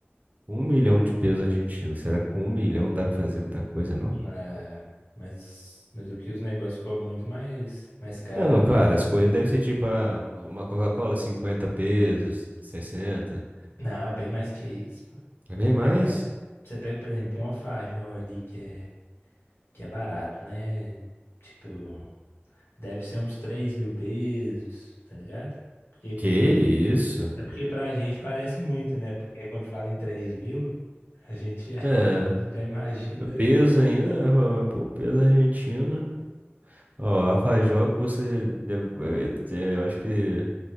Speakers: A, on the right (about 40°); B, on the left (about 70°).
A: um milhão de pesos argentinos. Será que com um milhão dá pra fazer muita coisa, não?
B: né, mas mas é porque os negócios ficou muito mais mais caro.
A: Não, não, claro, as coisas devem ser tipo ah, uma uma Coca-Cola, cinquenta pesos, sessenta.
B: Não, é bem mais que isso, pô.
A: é bem mais.
B: Você pega, você pega, por exemplo, um alfajor ali que é que é barato, né? Tipo, deve ser uns três mil pesos, tá ligado? Porque
A: Que isso?
B: É porque pra gente parece muito, né? Porque quando fala em três mil, a gente já,
A: É,
B: já imagina
A: no peso
B: outra
A: ainda,
B: coisa.
A: pô, peso argentino. Ó, a Fajó custa, deve- eh, eu acho que